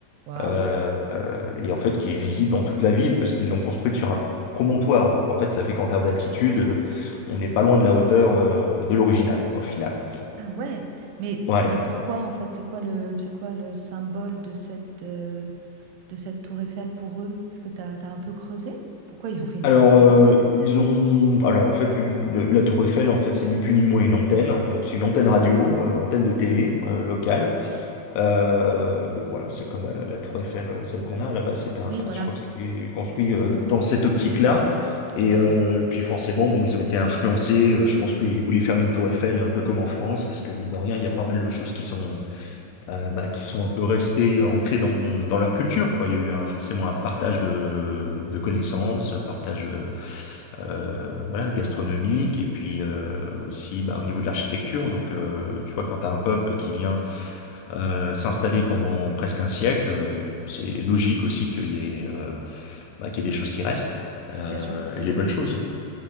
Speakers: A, on the right (about 80°); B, on the left (about 80°).
A: Waouh!
B: euh, et en fait qui est visible dans toute la ville parce qu'ils l'ont construite sur un promontoire. Donc en fait, ça fait qu'en termes d'altitude, euh, on n'est pas loin de la hauteur euh, de l'original, quoi, au final.
A: Ah ouais, mais,
B: Ouais.
A: mais pourquoi en fait, c'est quoi le, c'est quoi le symbole de cette, euh, de cette tour Eiffel pour eux? Est-ce que t'as, t'as un peu creusé? Pourquoi ils ont fait une
B: Alors
A: tour Eiffel?
B: euh, ils ont, alors en fait, une- le- la Tour Eiffel, en fait, c'est ni plus ni moins une antenne. Donc c'est une antenne radio, euh, antenne de télé euh, locale. Euh, bon, voilà, c'est comme la, la tour Eiffel, euh, celle qu'on a là-bas, c'est un,
A: Oui, voilà,
B: je crois que c'était construit euh, dans cette optique-là. Et
A: complètement,
B: euh, puis forcément, bon, ils ont été influencés. euh, je pense qu'ils voulaient faire une tour Eiffel un peu comme en France, parce que mine de rien, il y a pas mal de choses qui sont, euh, bah, qui sont un peu restées euh, ancrées dans, dans leur culture, quoi. Il y a eu un- forcément un partage de, de connaissances, partage, euh, euh, voilà, gastronomique, et puis euh, aussi bah, au niveau de l'architecture. Donc, euh, tu vois, quand tu as un peuple qui vient euh, s'installer pendant presque un siècle. Bon, c'est logique aussi qu'il y ait, euh, bah, qu'il y ait des choses qui restent. euh,
A: bien sûr.
B: et les bonnes choses.